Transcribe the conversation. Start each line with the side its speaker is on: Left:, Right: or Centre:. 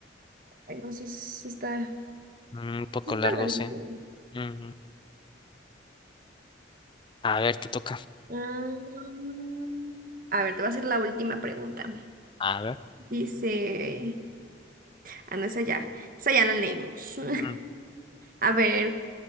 Right: Ay, no, sí, sí está,
Left: Mm, Un poco
Right: sí está
Left: largo,
Right: larguillo.
Left: sí. Mm. A ver, te toca.
Right: Ah, Mm, a ver, te voy a hacer la última pregunta.
Left: A ver.
Right: Dice, ah, no, esa ya, esa ya la leímos. <laughs>
Left: Mm.
Right: A ver,